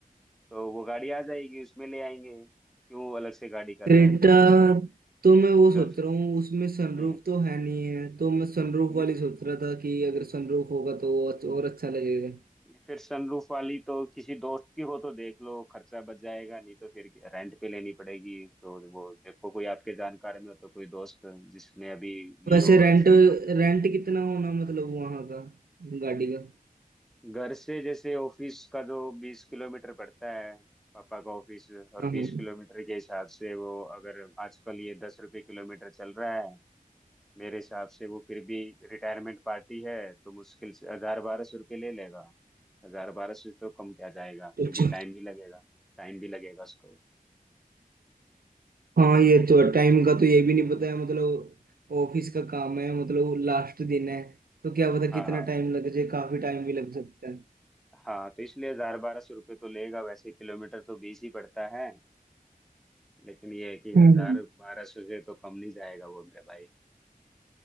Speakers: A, in the centre; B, on the right (about 80°).
A: तो वो गाड़ी आ जाएगी उसमें ले आएंगे क्यों अलग से गाड़ी कर
B: क्रेटा
A: रहा है
B: तो मैं वो सोच
A: जो ज-
B: रहा हूँ उसमें सनरूफ
A: हम्म,
B: तो है नहीं है तो मैं सनरूफ
A: नि-
B: वाली सोच रहा था कि अगर सनरूफ होगा तो वो अच्छ- और अच्छा लगेगा
A: फिर सनरूफ वाली तो किसी दोस्त की हो तो देख लो खर्चा बच जाएगा नहीं तो फिर रेंट पे लेनी पड़ेगी तो वो देखो कोई आपके जानकार में हो तो कोई दोस्त जिसने अभी ली
B: वैसे
A: हो
B: रेंट
A: सनरूफ
B: रेंट कितना होना मतलब वहाँ का गाड़ी का
A: घर से जैसे ऑफिस का जो बीस किलोमीटर पड़ता है पापा का ऑफिस और
B: हाँ
A: बीस
B: हाँ
A: किलोमीटर के हिसाब से वो अगर आजकल ये दस रुपये किलोमीटर चल रहा है मेरे हिसाब से वो फिर भी रिटायरमेंट पार्टी है तो मुश्किल से हजार बारह सौ रुपये ले लेगा हजार बारह सौ तो कम क्या जाएगा क्योंकि
B: अच्छा
A: टाइम भी लगेगा टाइम भी लगेगा उसको
B: हाँ ये तो है टाइम का तो ये भी नहीं पता है मतलब ऑफिस का काम है मतलब लास्ट दिन है तो क्या पता
A: हाँ
B: कितना
A: हाँ
B: टाइम लग जाए काफी टाइम भी लग सकता है
A: हाँ तो इसलिए हजार बारह सौ रुपये तो लेगा वैसे किलोमीटर तो बीस ही पड़ता है लेकिन ये है कि हजार
B: हम्म
A: बारह सौ से तो कम नहीं जाएगा वो मेरे भाई